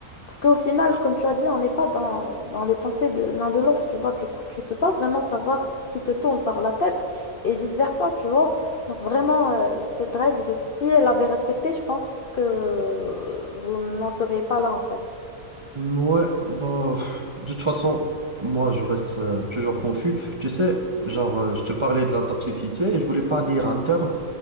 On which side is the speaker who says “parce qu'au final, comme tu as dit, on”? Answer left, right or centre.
Left